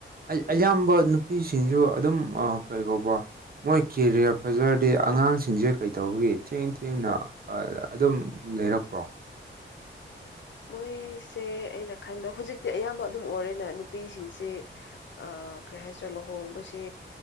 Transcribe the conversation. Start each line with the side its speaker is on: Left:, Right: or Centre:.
Right: ꯑ
Left: ꯎꯝ
Right: ꯑꯌꯥꯝꯕ ꯅꯨꯄꯤꯁꯤꯡꯁꯨ ꯑꯗꯨꯝ ꯑ ꯀꯩ ꯀꯧꯕꯔꯥ ꯃꯣꯏ ꯀꯦꯔꯤꯌꯔ ꯐꯖꯔꯗꯤ ꯑꯉꯥꯡꯁꯤꯡꯁꯦ ꯀꯩꯗꯧꯕꯒꯤ ꯊꯦꯡ ꯊꯦꯡꯅ ꯑꯑꯗꯨꯝ ꯂꯩꯔꯛꯄ꯭ꯔꯣ
Left: ꯃꯣꯏꯁꯦ ꯑꯩꯅ ꯈꯟꯕ ꯍꯧꯖꯤꯛꯇꯤ ꯑꯌꯥꯝꯕ ꯑꯗꯨꯝ ꯑꯣꯏꯔꯦꯅ ꯅꯨꯄꯤꯁꯤꯡꯁꯦ ꯑ ꯀꯔꯤ ꯍꯥꯏꯁꯤꯔ ꯂꯨꯍꯣꯡꯕꯁꯦ